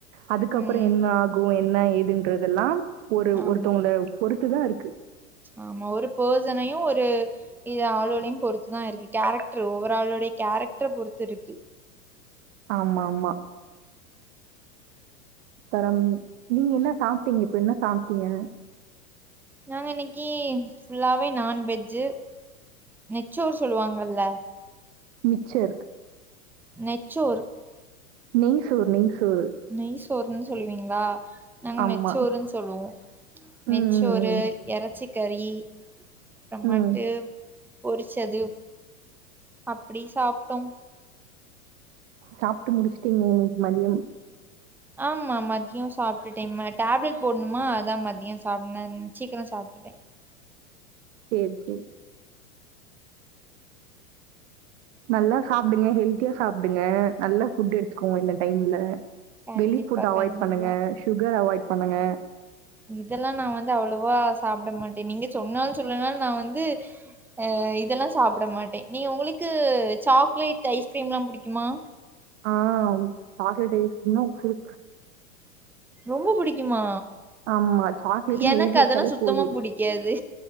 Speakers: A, on the right (about 55°); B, in the centre.
A: அதுக்கப்ற
B: ம்.
A: என்ன கு என்ன ஏதுன்றதல்லா ஒரு
B: ஆமா.
A: ஒருத்தவங்கள பொறுத்துதா இருக்கு
B: ஆமா ஒரு பார்ஜனையு ஒரு ஆளுகளையு பொறுத்துதா இருக்கு கேரக்ட்ரு ஓவராளுடைய கேரக்டர பொறுத்து இருக்கு
A: ஆமாமா அப்பறம் நீங்க என்ன சாப்ட்டீங்க இப்ப என்ன சாப்ட்டீங்க
B: நாங்க இன்னைக்கு ஃபுல்லாவே நான்வெஜ்ஜு நெச்சோர் சொல்வாங்கல்ல
A: மிச்சர்
B: நெச்சோரு
A: நெய்சோர் நெய்சோறு
B: நெய் சோர்ன் சொல்வீங்ளா நாங்க
A: ஆமா.
B: நெச்சோருன் சொல்லுவோ
A: ம்
B: நெச்சோறு
A: ம் ம்.
B: எறச்சிக்கறி அப்புறமட்டு
A: ம்.
B: பொரிச்சது அப்டி சாப்ட்டோம்
A: சாப்ட்டு முடிச்சிட்டீங்க இன்னைக்கு மதியம்
B: ஆமா மதியோ சாப்ட்டுட்டே ம டேப்லட் போட்ணுமா அதா மதியோ சாப்ட்னன் சீக்ரோ சாப்ட்டுட்டே
A: சேர் சேர் நல்லா சாப்பிடுங்க ஹெல்த்தியா சாப்பிடுங்க நல்லா ஃபுட்டு எடுத்துக்கோ இந்த டைம்ல
B: கண்டிப்பா
A: வெளி ஃபுட் அவாய்ட்
B: கண்டிப்பா
A: பண்ணுங்க சுகர் அவாய்ட் பண்ணுங்க
B: இதெல்லா நா வந்து அவ்ளவா சாப்ட மாட்டே நீங்க சொன்னாலு சொல்லைனாலு நா வந்து அ இதெல்லா சாப்பிட மாட்டே நீ உங்களுக்கு சாக்லேட் ஐஸ்கிரீம்ல்லா புடிக்குமா
A: ஆ சாக்லேட் ஐஸ் க்ரீம்னா உசுரு
B: ரொம்ப புடிக்குமா
A: ஆமா சாக்லேட்டு
B: எனக்கு
A: ஏழ்தி வெச்சாலே
B: அதெல்லா சுத்தமா
A: போது
B: புடிக்காது